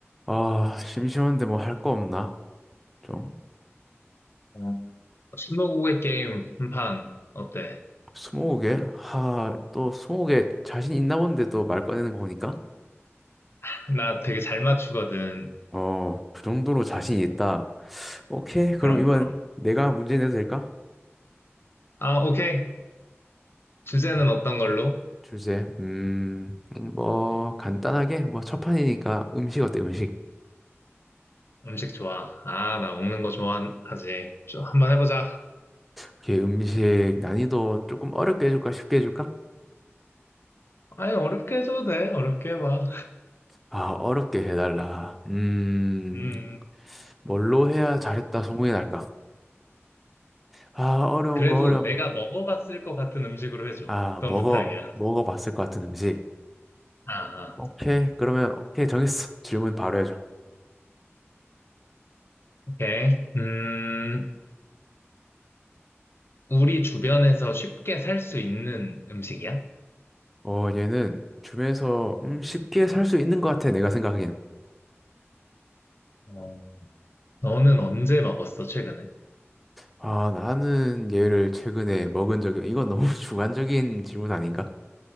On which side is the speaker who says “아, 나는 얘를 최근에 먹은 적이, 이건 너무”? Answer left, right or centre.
Centre